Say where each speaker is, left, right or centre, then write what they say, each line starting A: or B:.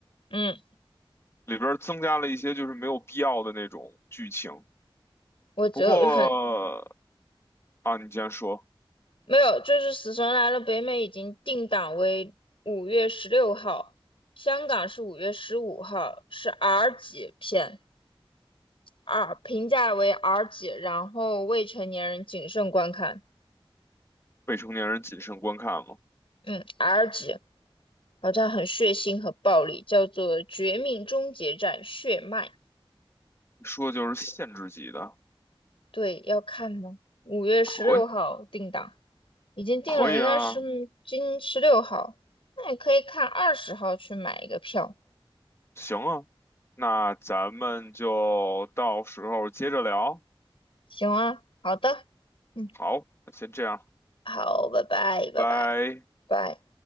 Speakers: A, on the left; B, on the left.
A: 嗯，
B: 里边儿增加了一些就是没有必要的那种剧情。
A: 我就很
B: 不过啊，你既然说
A: 没有，就是《死神来了》北美已经定档为五月十六号，香港是五月十五号，是 R 级片，R 评价为 R 级，然后未成年人谨慎观看。
B: 未成年人谨慎观看嘛，
A: 嗯，R 级好像很血腥和暴力，叫做《绝命终结战：血脉》。
B: 说就是限制级的，
A: 对，要看吗？五月十六号定档。
B: 可以
A: 已经定了，
B: 可以啊，
A: 应该是今十六号，那你可以看二十号去买一个票，
B: 行啊，那咱们就到时候接着聊，
A: 行啊，好的，嗯，
B: 好，那先这样。
A: 好，拜拜，拜拜。
B: 拜。
A: 拜。